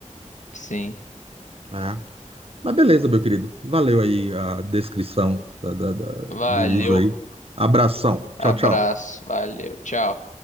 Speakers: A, on the left; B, on the right.
A: sim.
B: É. Mas beleza, meu querido. Valeu aí a descrição da- da- da-
A: Valeu.
B: do uso aí. Abração.
A: Abraço.
B: Tchau, tchau.
A: Valeu. Tchau.